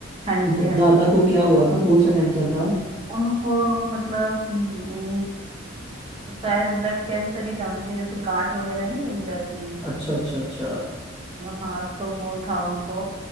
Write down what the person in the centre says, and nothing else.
द-
दादा
को क्या हुआ था कौन सा कैंसर था
अच्छा अच्छा अच्छा